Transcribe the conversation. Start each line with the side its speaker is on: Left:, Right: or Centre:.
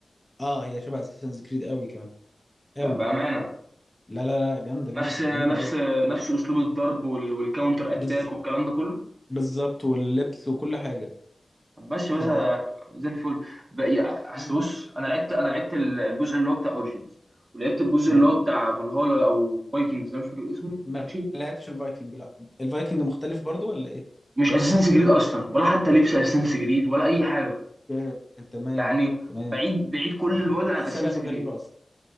Left: اه هي شبه اساسنز كريد قوي كمان قوي
Right: بأ- بامانه
Left: لا لا لا جامده جامده
Right: نفس نفس
Left: جامده قوي
Right: نفس اسلوب الضرب وال... والكاونتر اتاك
Left: بز...
Right: والكلام ده كله
Left: بالظبط واللبس وكل حاجه
Right: طب بس
Left: ف
Right: بس زي الفل بقى- اصل
Left: مم.
Right: بص انا لعبت انا لعبت ال- الجزء اللي هو بتاع اوريجينز ولعبت الجزء
Left: تمام
Right: اللي هو بتاع فالهالا او فايكنجز انا مش فاكر اسمه
Left: ما
Right: ماشي
Left: لعبتش الفايكنج لا الفايكنج مختلف برضو ولا ايه
Right: مش اساسنس جريد اصلا ولا حتى لبس اساسنس جريد ولا اي حاجه
Left: اوكي، تمام
Right: يعني
Left: تمام
Right: بعيد بعيد كل البعد عن
Left: تحسها
Right: اساسنس
Left: لعبه
Right: جريد
Left: غريبه اصلا